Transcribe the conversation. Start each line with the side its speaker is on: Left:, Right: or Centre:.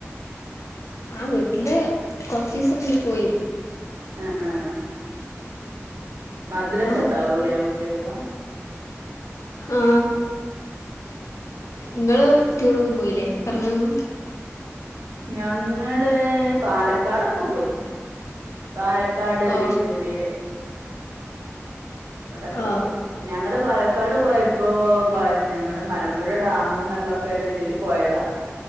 Left: ആഹ് വീട്ടില് കൊറിച്ച ദിവസ മുന്നേ പോയി.
Right: ആഹ് ആഹ് മദ്രസണ്ടാവൂലേ
Left: ആ
Right: കുട്ട്യാൾക്ക്.
Left: ആഹ് നിങ്ങള് ടൂറൊന്നു പോയില്ലേ കറങ്ങാനൊന്നും.
Right: ഞങ്ങള് പാലക്കാടൊക്കെ പോയി. പാലക്കാട്,
Left: ഓ
Right: തൃശ്ശൂര് അവിടെക്കെ
Left: ഓ
Right: പോയി. ഞങ്ങള് പാലക്കാട് പോയപ്പോ നമ്മുടെ മലമ്പുഴ ഡാം എന്നുള്ളൊക്കെ ഇതിൽ പോയതാ.